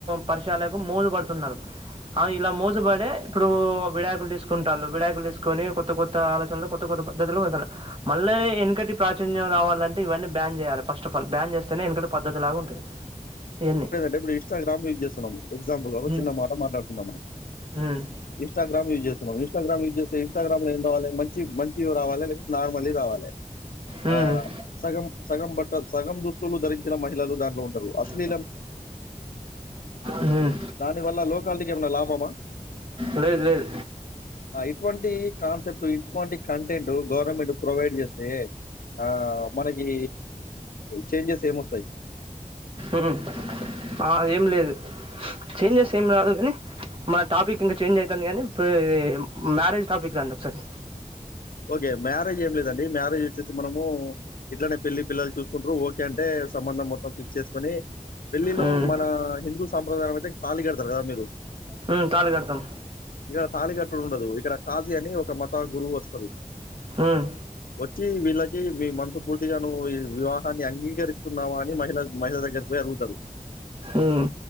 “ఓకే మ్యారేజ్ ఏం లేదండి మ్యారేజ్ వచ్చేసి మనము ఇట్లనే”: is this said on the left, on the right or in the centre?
Left